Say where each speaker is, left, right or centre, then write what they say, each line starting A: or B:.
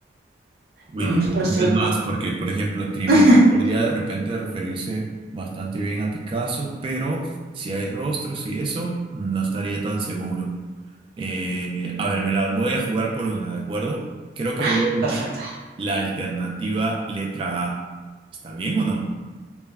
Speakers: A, on the right; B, on the right.
A: Uy,
B: Mm,
A: me confundes
B: por si-
A: más
B: por-
A: porque, por ejemplo, Trivial
B: <laughs>
A: podría de repente referirse bastante bien a Picasso, pero si hay rostros y eso, no estaría tan seguro. Eh, a ver, me la voy a jugar por una, ¿de acuerdo? Creo que
B: Ay,
A: voy a elegir
B: perfecto.
A: la alternativa letra A. ¿Está bien o no?